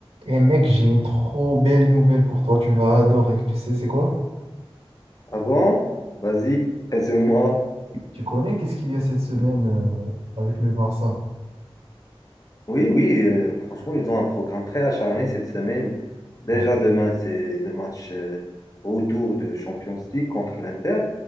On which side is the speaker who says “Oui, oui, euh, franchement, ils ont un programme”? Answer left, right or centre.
Left